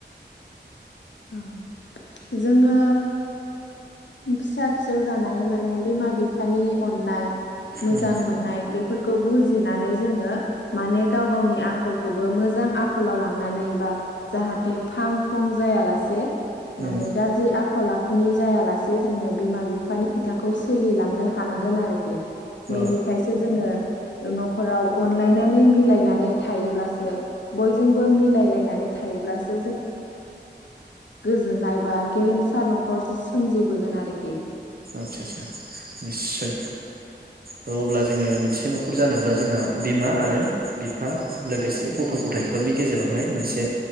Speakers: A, on the left (about 80°); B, on the right (about 55°).
A: ओ जोङो फिसा फिसौ जानानै माने बिमा बिफानि अननाय मोजां
B: उम
A: मोननाय बेफोरखौ बुजिनानै जोङो माने गाव गावनि आखलखौबो मोजां आखलाव लांनानै बा जाहाथे फां फुं जायालासे
B: उम
A: माने गाज्रि आखल आखुनि जायालासे से जोङो बिमा बिफानि खोथाखौ सोलिलांनो हानांगोन आरोखि
B: औ
A: बेनिफ्रायसो जोङो न'खराव अनलायनानै मिलायनानै थायोब्लासो बयजोंबो मिलायलायनानै थायोब्लासो गोजोननाय बा गेरेमसा न'खर सोमजि बोगोन आरोखि।
B: आदसा आदसा निस्सय थ' अब्ला जोङो मोनसे न'खर जानोब्ला जोंहा बिमा आरो बिफा लोगोसे गथ' गथाइफोरनि गेजेरावहाय मोनसे